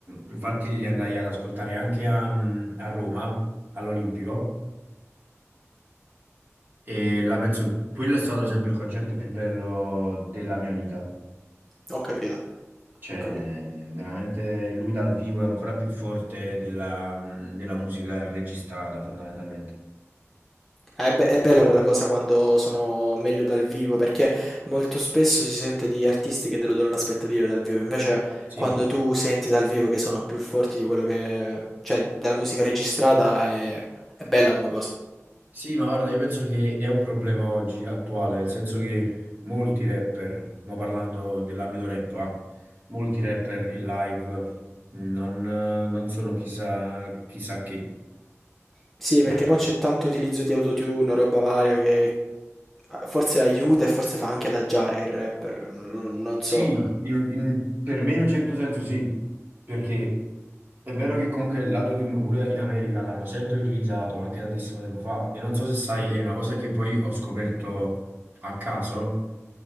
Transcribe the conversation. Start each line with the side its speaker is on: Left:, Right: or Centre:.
Right: infatti li andai ad ascoltare anche a, a Roma, all'Olimpico, e là penso quello è stato sempre il concerto più bello della mia vita.
Centre: Ho capito,
Right: Cioè,
Centre: ho capito.
Right: veramente lui dal vivo è ancora più forte della, della musica registrata, fondamentalmente.
Centre: È, be- è bella
Right: Sì,
Centre: quella cosa quando sono meglio dal vivo, perché molto spesso si sente di artisti che deludono l'aspettativa dal vivo, invece
Right: Sì.
Centre: quando tu senti dal vivo che sono più forti di quello che... cioè della musica registrata è, è bella come cosa.
Right: Sì, ma guarda, io penso che è un problema oggi attuale, nel senso che molti rapper, ma parlando dell'ambito rap, ah, molti rapper in live non, eh, non sono chissà, chissà che.
Centre: Sì,
Right: fondamentalmente.
Centre: perché mo c'è tanto utilizzo di autotune, roba varia che eh, forse aiuta e forse fa anche adagiare il rapper, non non
Right: Sì,
Centre: so.
Right: in- in- per me in un certo senso sì, perché è vero che comunque l'autotune pure in America l'hanno sempre utilizzato, anche tantissimo tempo fa, e non so se sai, è una cosa che poi ho scoperto a caso,